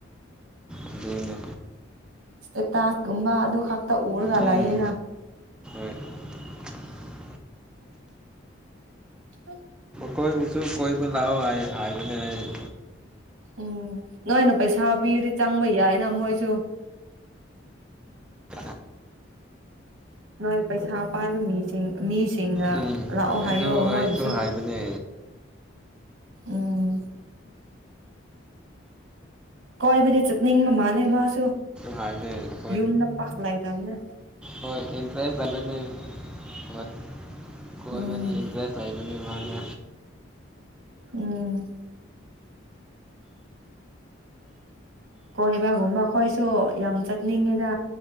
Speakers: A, in the centre; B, on the right (about 85°).
A: ꯑꯗꯨꯅꯦ
B: ꯇꯥꯁꯒꯨꯝꯕ ꯑꯗꯨ ꯐꯛꯇ ꯑꯣꯔꯒꯂꯑꯌꯦꯅ
A: ꯎꯝ <inaudible>
B: ꯑ
A: ꯀꯣꯏꯕꯨꯁꯨ ꯀꯣꯢꯕ ꯂꯥꯑꯣ ꯍꯥꯏꯕꯅꯦ ꯍꯥꯏ
B: ꯎꯝ ꯅꯣꯏꯅ ꯄꯩꯁꯥ ꯄꯤꯔꯗꯤ ꯆꯪꯕ ꯌꯥꯏꯅ ꯃꯣꯏꯁꯨ
A: ꯍ
B: ꯅꯣꯏ ꯄꯩꯁꯥ ꯄꯥꯏꯕ ꯃꯤꯁꯤꯡ ꯃꯤꯁꯤꯡꯅ
A: ꯎꯝ
B: ꯂꯥꯛꯑꯣ ꯍꯥꯏꯥꯏꯌꯣ
A: ꯑꯗꯨ
B: ꯃꯣꯢꯕꯨꯨꯁꯨ
A: ꯑꯩꯁꯨ ꯍꯥꯏꯕꯅꯦ
B: ꯎꯝ ꯀꯣꯏꯕꯨ ꯆꯅꯤꯡꯕ ꯃꯥꯂꯦ ꯃꯥꯁꯨ
A: ꯍꯥꯏꯅꯦ ꯏ
B: ꯌꯨꯝꯗ ꯄꯥꯛ ꯂꯩꯇꯕꯅꯦ
A: ꯍꯣꯏ ꯏꯟꯇ꯭ꯔꯦꯁꯅꯦ ꯍꯣꯏ ꯀꯣꯏꯕꯅꯤ
B: ꯎꯝ
A: ꯏꯟꯇꯔꯦꯁ ꯂꯩꯕꯅꯤ ꯃꯥꯅꯤ
B: ꯎꯝ ꯀꯣꯏꯕꯒꯨꯝꯕ ꯑꯩ ꯈꯣꯏꯁꯨ ꯌꯥꯝ ꯆꯠꯅꯤꯡꯉꯦꯗ